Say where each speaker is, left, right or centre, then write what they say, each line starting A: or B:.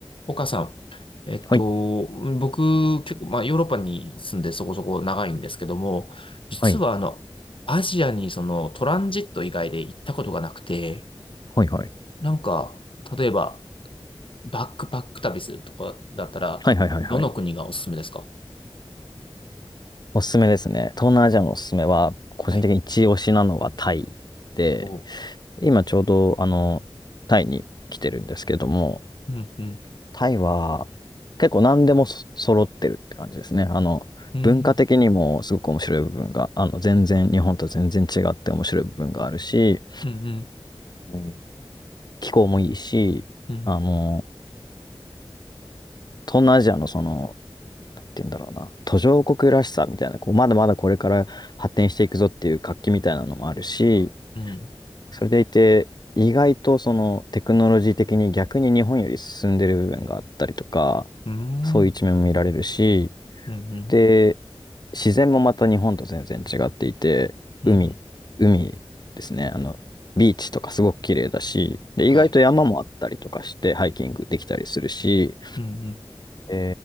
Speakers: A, on the left; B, on the left.
A: 岡さん、えっと、
B: はい、
A: 僕、結構、まあ、ヨーロッパに住んでそこそこ長いんですけども、実は、
B: はい、
A: あの、アジアにそのトランジット以外で行ったことがなくて、
B: はい、はい。
A: なんか、例えば、バックパック旅するとかだったら、
B: はい、はい、はい、
A: どの国がおすすめですか
B: はい。おすすめですね。東南アジアのおすすめは、個人的に一押しなのはタイで、
A: はい。おう。
B: 今ちょうど、あの、タイに来てるんですけども、
A: うん、うん、
B: タイは結構何でもそ揃ってるって感じですね。あの、
A: うん、
B: 文化的にもすごく面白い部分が、あの、全然、日本と全然違って面白い部分があるし、
A: うん、うん、
B: うん気候もいいし、
A: うん、
B: あの、東南アジアのそのなんて言うんだろうな、途上国らしさみたいな、こう、まだまだこれから発展していくぞっていう活気みたいなのもあるし、
A: うん、
B: それでいて、意外とそのテクノロジー的に逆に日本より進んでる部分があったりとか、
A: うん、
B: そういう一面も見られるし、
A: うん、
B: で、自然もまた日本と全然違っていて、
A: うん、
B: 海、
A: うん、
B: 海ですね、あの、ビーチとかすごく綺麗だし、で、
A: はい。
B: 意外と山もあったりとかして、ハイキングできたりするし、
A: うん、うん、
B: え